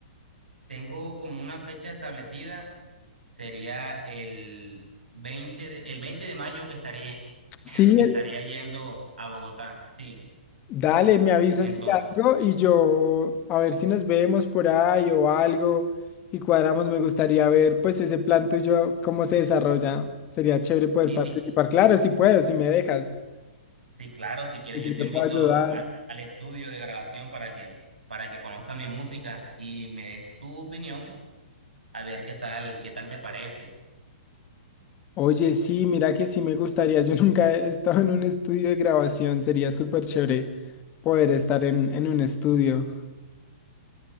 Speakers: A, on the right; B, on the left.
A: Tengo como una fecha establecida, sería el veinte de, el 20 de mayo estaría,
B: Sí,
A: en- estaría
B: el-
A: yendo a Bogotá, sí.
B: dale, me avisas
A: Entonces,
B: si algo y yo a ver si nos vemos por ahí o algo y cuadramos. Me gustaría ver pues ese plan tuyo, cómo se desarrolla. Sería chévere poder
A: sí,
B: participar.
A: sí,
B: Claro, si puedo, si me dejas.
A: sí, claro, si quieres
B: Yo
A: yo te
B: te
A: invito
B: puedo ayudar.
A: a- al estudio de grabación para que, para que conozcas mi música y me des tu opinión a ver qué tal, qué tal te parece.
B: Oye, sí, mira que sí me gustaría. Yo <laughs> nunca he estado en un estudio de grabación. Sería súper chévere poder estar en, en un estudio.